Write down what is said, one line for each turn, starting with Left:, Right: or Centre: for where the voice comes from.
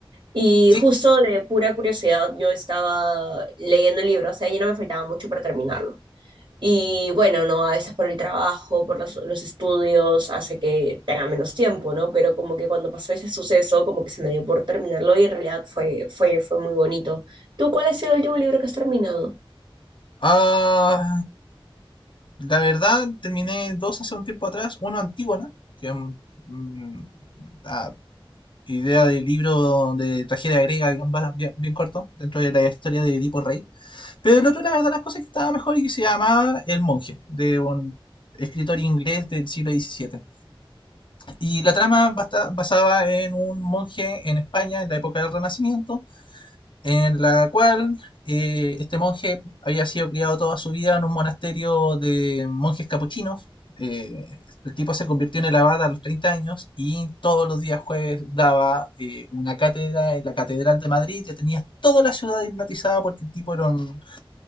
Right: Y
Left: Sí.
Right: justo de pura curiosidad, yo estaba leyendo el libro, o sea, ya no me faltaba mucho para terminarlo. Y bueno, ¿no? A veces por el trabajo, por los, los estudios, hace que tenga menos tiempo, ¿no? Pero como que cuando pasó ese suceso, como que se me dio por terminarlo y en realidad fue, fue, fue muy bonito. ¿Tú cuál ha sido el último libro que has terminado?
Left: Ah, la verdad, terminé dos hace un tiempo atrás. Uno Antígona, que mm, mm, ah, idea del libro de tragedia griega, que va bien, bien corto, dentro de la historia de Edipo Rey. Pero el otro, la verdad, las cosas que estaba mejor y que se llamaba El Monje, de un escritor inglés del siglo diecisiete Y la trama basta- basaba en un monje en España en la época del Renacimiento, en la cual eh, este monje había sido criado toda su vida en un monasterio de monjes capuchinos. Eh, el tipo se convirtió en el abad a los 30 años y todos los días jueves daba eh, una cátedra en la Catedral de Madrid que tenía toda la ciudad hipnotizada porque el tipo era un,